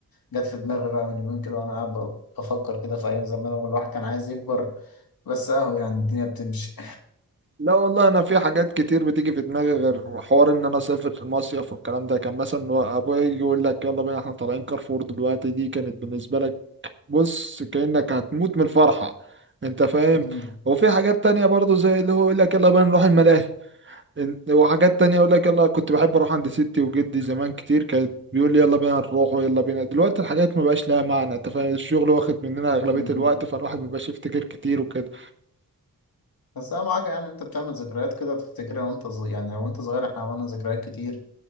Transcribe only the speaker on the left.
جت في دماغي بقى من يومين كده وانا قاعد ب- بفكر كده في ايام زمان والواحد كان عايز يكبر بس اهو يعني الدنيا بتمشي
<laughs> امم
اه
بس انا معاك يعني إن انت بتعمل ذكريات كده تفتكرها وانت صغير يعني وانت صغير احنا عملنا ذكريات كتير